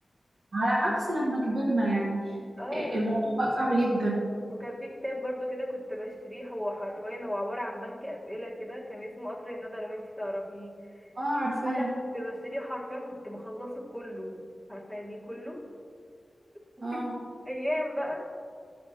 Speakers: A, on the right; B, on the right.
A: على عكس لما كبرنا يعني
B: اه
A: آه، الموضوع بقى صعب جدا
B: وكان في كتاب برضو كده كنت بشتريه هو حرفيا هو عبارة عن بنك أسئلة كده كان اسمه قطر الندى لو انتي تعرفيه
A: اه عارفاه
B: انا كنت بشتريه حرفيا كنت بخلصه كله عارفه يعني إيه كله <laughs>
A: اه
B: ايام بقى